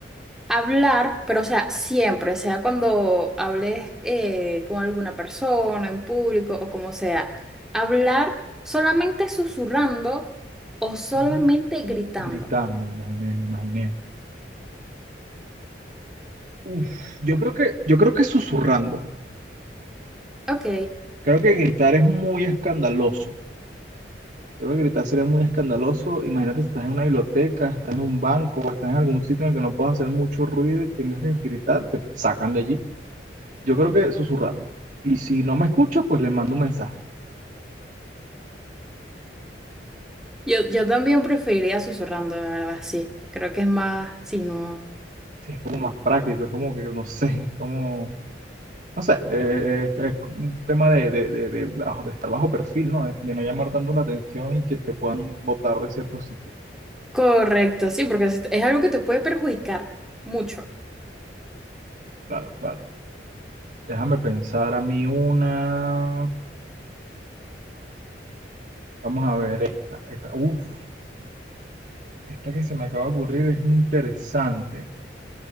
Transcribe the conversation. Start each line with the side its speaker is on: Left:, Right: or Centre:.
Centre: Hablar, pero o sea, siempre, sea cuando hables eh, con alguna persona, en público o como sea, hablar solamente susurrando o solamente
Right: Mm,
Centre: gritando.
Right: Gritando, me imaginé, me imaginé. Uf, yo creo que, yo creo que susurrando.
Centre: Ok,
Right: Creo que gritar es muy escandaloso. Creo que gritar sería muy escandaloso. Imagínate si estás en una biblioteca, estás en un banco, estás en algún sitio en el que no puedes hacer mucho ruido y tienes que gritar, te sacan de allí. Yo creo que susurrando. Y si no me escucho, pues le mando un mensaje.
Centre: yo, yo también preferiría susurrando, la verdad, sí. Creo que es más, sí, no.
Right: Sí, es como más práctico, es como que no sé, es como, no sé, eh, eh, es, es un tema de, de, de, de bajo- de estar bajo perfil, ¿no? De, de no llamar tanto la atención y que te puedan botar de ciertos sitios.
Centre: Correcto, sí, porque es es algo que te puede perjudicar mucho.
Right: Claro, claro. Déjame pensar a mí una. Vamos a ver esta. Esta, uf, esta que se me acaba de ocurrir es interesante.